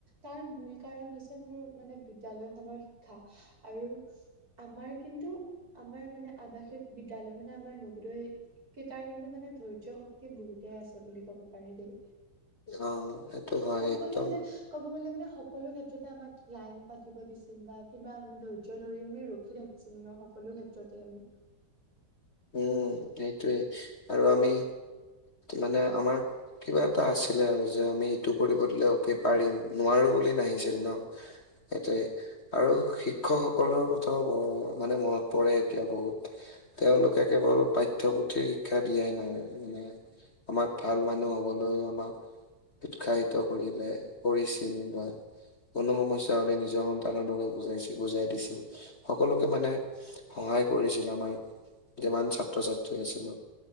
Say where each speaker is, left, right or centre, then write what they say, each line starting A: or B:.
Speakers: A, on the right (about 55°); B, on the left (about 40°).
A: তাৰ মূল কাৰণ হৈছে মোৰ মানে বিদ্যয়ালয়খনৰ শিক্ষা আৰু আমাৰ কিন্তু আমাৰ মানে আৱাসিক বিদ্যালয় মানে আমাৰ নবোদয় ক তাৰ কিন্তু মানে ধৈৰ্য শক্তি বহুতেই আছে বুলি ক'ব পাৰি দেই
B: অ সেইটো হয়
A: সকলো
B: একদম
A: মানে ক'ব গলে মানে সকলো ক্ষেত্ৰতে আমাক লাইন পা <unintelligible> দিছিল বা কিবা মানে ধৈৰ্য ধৰি আমি ৰখি থাকিছিলো ন সকলো ক্ষেত্ৰতে আমি
B: উম সেইটোৱে আৰু আমি মানে আমাৰ কিবা এটা আছিলে আৰু যে আমি ইটো কৰিব দিলে এককে পাৰিম নোৱাৰো বুলি নাহিছিল ন সেইটোৱে আৰু শিক্ষকসকলৰ কথাও ব মানে মনত পৰে এতিয়া বহুত তেওঁলোক কেৱল পাঠ্যপুথিৰ শিক্ষা দিয়াই নহয় ম আমাক ভাল মানুহ হ'বলৈ আমাক উৎসাহিত কৰিলে কৰিছিল বা কোনো সমস্যা হলে নিজৰ সন্তানৰ দ বুজাই বুজাই দিছিল সকলোকে মানে সহায় কৰিছিল আমাৰ যিমান ছাত্ৰ ছাত্ৰী আছিলো